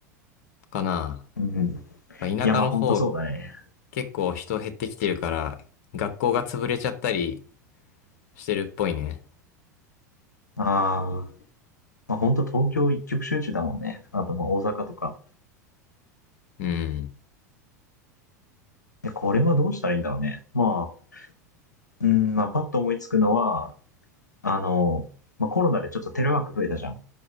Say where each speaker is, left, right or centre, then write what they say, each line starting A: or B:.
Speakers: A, on the left; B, on the left.
A: かな。
B: うんうん。
A: まあ田舎の方、
B: いや、まあほんとそうだね。
A: 結構人減ってきてるから、学校が潰れちゃったりしてるっぽいね。
B: ああ。まあほんと東京一極集中だもんね。あとまあ大阪とか。
A: うん。
B: でこれはどうしたらいいんだろうね。まあ、うん、まあパッと思いつくのは、あの、まあコロナでちょっとテレワーク増えたじゃん。